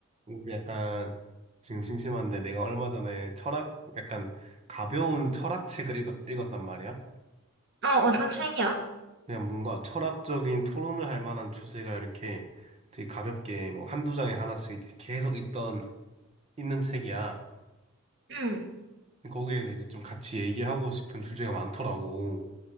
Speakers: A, on the right; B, on the right.
A: 우리 약간 지금 심심한데 내가 얼마 전에 철학 약간 가벼운 철학 책을 읽었, 읽었단 말이야.
B: 어, 어떤 책이야?
A: 그냥 뭔가 철학적인 토론을 할 만한 주제가 이렇게 되게 가볍게 뭐 한두 장에 하나씩 계속 있던 있는 책이야.
B: 응,
A: 거기에서 이제 좀 같이 얘기하고 싶은 주제가 많더라고.